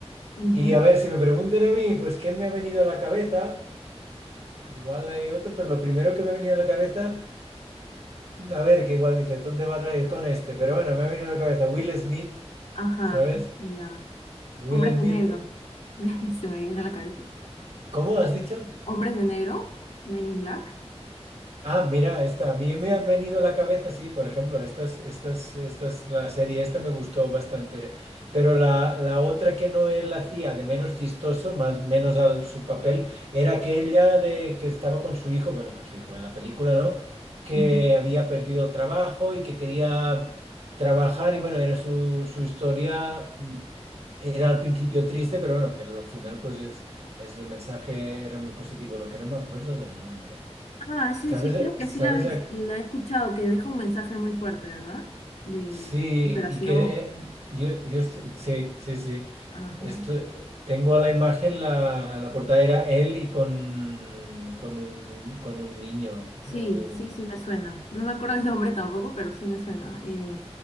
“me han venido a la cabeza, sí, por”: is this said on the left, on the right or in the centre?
Right